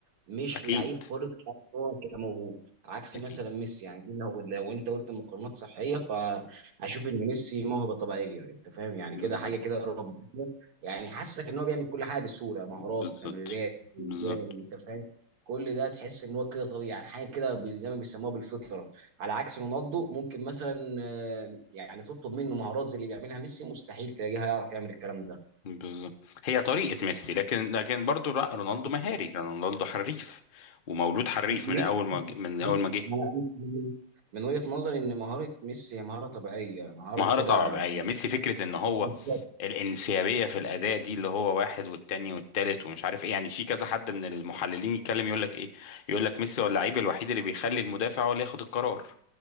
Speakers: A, on the right; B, on the left.
A: مش
B: اكيد
A: لعيب خلق إن هو كموهوب عكس
B: اكيد
A: مثلا ميسي يعني دي لو لو انت قلت مقارنات صحيه فاشوف ان ميسي موهبه طبيعيه انت فاهم يعني
B: بالظبط
A: كده حاجه كده ربنا <laughs> يعني حاسسك ان هو بيعمل كل حاجه بسهوله مهارات
B: بالظبط
A: تمريرات اجوال
B: بالظبط
A: انت فاهم كل ده تحس ان هو كده طبيعي يعني حاجه كده ب- زي ما بيسموها بالفطره على عكس رونالدو ممكن مثلا آه، يعني تطلب منه مهارات زي اللي بيعملها ميسي مستحيل تلاقيها يعرف يعمل الكلام ده
B: بالظبط هي طريقة ميسي لكن لكن برضه لا رونالدو
A: أنا
B: مهاري رونالدو حريف ومولود حريف من
A: ميسي
B: أول ما ج- من أول ما جه
A: أنا- أنا- من وجهة نظري ان مهارة ميسي هي مهارة طبيعية مهارة
B: مهارة
A: كده
B: طبيعية
A: يعني
B: ميسي فكرة إن هو
A: بالظبط
B: الانسيابية في الأداء دي اللي هو واحد والتاني والتالت ومش عارف إيه يعني في كذا حد من المحللين يتكلم يقول لك إيه يقول لك ميسي هو اللعيب الوحيد اللي بيخلي المدافع هو اللي ياخد القرار